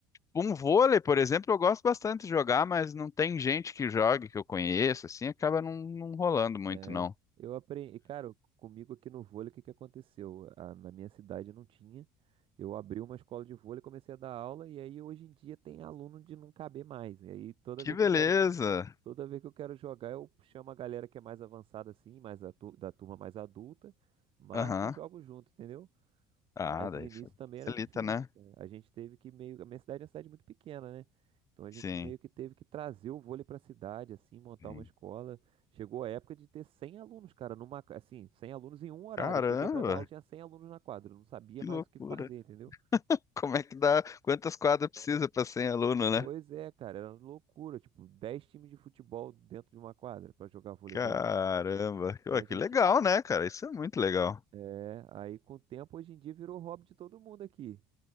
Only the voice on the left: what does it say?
Um vôlei, por exemplo, eu gosto bastante de jogar, mas não tem gente que jogue, que eu conheço, assim, acaba não, não rolando muito,
não.
Que
beleza!
Aham.
Ah,
daí
fa-
facilita,
né?
Sim.
Sim.
Caramba,
que
loucura.
Como é que dá? Quantas quadras precisa para 100 aluno, né?
Caramba,
Ué,
que legal,
né, cara? Isso é muito legal.